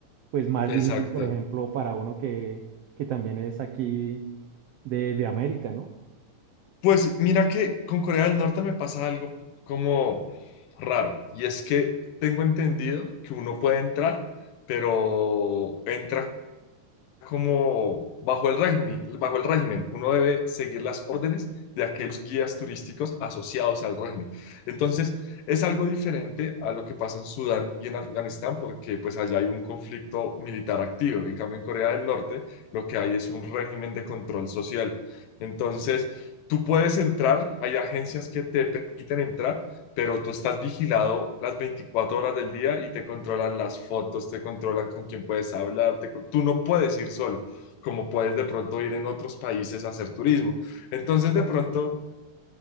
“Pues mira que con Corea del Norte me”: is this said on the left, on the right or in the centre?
Left